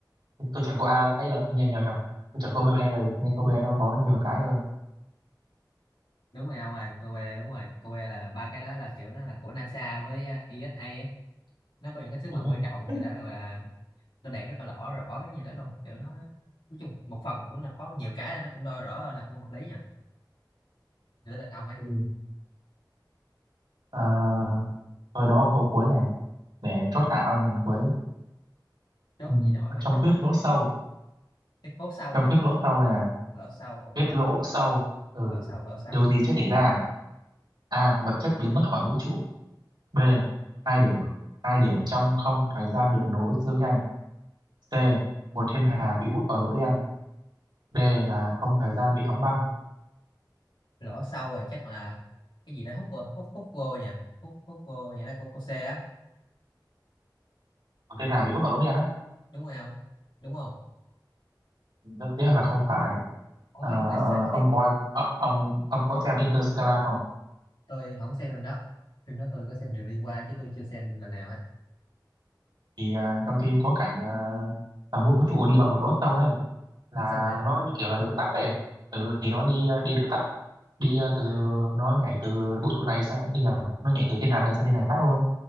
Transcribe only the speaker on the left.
đúng rồi à, ngoài cô bé đúng rồi cô bé là ba cái đó là kiểu nó là của NASA với ờ, ESA ấy nó có những cái sứ mệnh
quan trọng rồi đã là nó đạt rất là rõ rõ cái gì đó luôn kiểu nó nói chung một phần cũng là có nhiều cái nó cũng đo rõ hơn là cũng hợp lý nha Chỉ là ông ấy
chốt
gì nổi mà
chốt
biết
cái hố sâu
á
lỗ sâu ok
lỗ sâu lỗ sâu
Sâu
lỗ sâu rồi chắc là cái gì đó hút vô hút hút vô nha hút hút vô vậy đó cô cô xe á
đúng không đúng không
ôi
lại sai
tiếp
tôi không xem phim đó phim đó tôi có xem review qua chứ tôi chưa xem lần nào á
xong rồi là-
à,